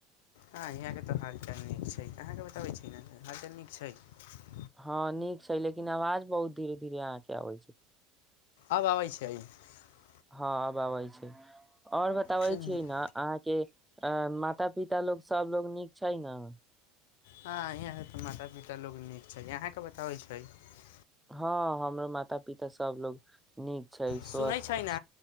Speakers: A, on the left; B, in the centre.
A: हँ इहाँके तऽ हालचाल नीक छै अहाँकेँ बताबै छी ने हालचाल नीक छै। <unintelligible>
B: हँ नीक छै लेकिन आवाज बहुत धी-रे धीरे अहाँके अबै छै। <unintelligible>
A: आब आबै छै अइ। <unintelligible>
B: हँ आबबै छै। <unintelligible> आओर बताबै
A: हँ
B: छी ने अहाँके। <unintelligible> अ माता पिता लोकोग सबलोग नीक छै न। <unintelligible>
A: हँ यहाँ तऽ माता- पिता लोग नीक छै यहाँके बताबै छै। <unintelligible>
B: हँ हमर माता पिता सब लोग नीक। छै
A: सुनैत
B: स्वस्थ
A: छै ने